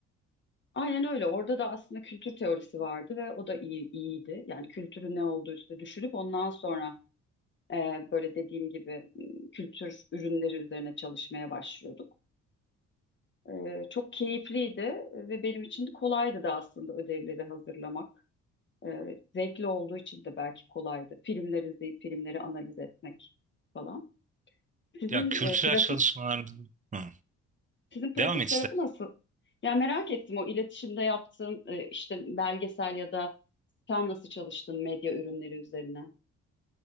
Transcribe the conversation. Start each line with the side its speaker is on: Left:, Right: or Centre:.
Left: Aynen öyle. Orada da aslında kültür teorisi vardı ve o da iyi, iyiydi. Yani kültürün ne olduğu üstüne düşünüp ondan sonra Ee, böyle dediğim gibi kültür ürünleri üzerine çalışmaya başlıyorduk. Ee, çok keyifliydi ve benim için de kolaydı da aslında ödevleri hazırlamak. Ee, zevkli olduğu için de belki kolaydı. Filmler izleyip filmleri analiz etmek falan. Sizin
Right: Ya kültürel
Left: e, pratik
Right: çalışmalar... Hı.
Left: sizin pratik
Right: Devam et
Left: tarafı nasıl? Ya merak ettim o iletişimde yaptığın e, işte belgesel ya da sen nasıl çalıştın medya ürünleri üzerine?